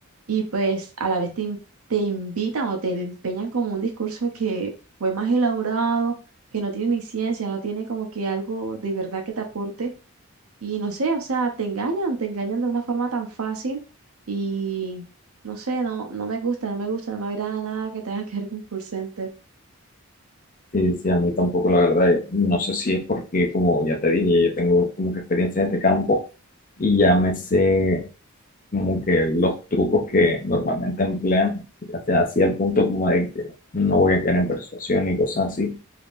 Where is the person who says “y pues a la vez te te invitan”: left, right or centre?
Right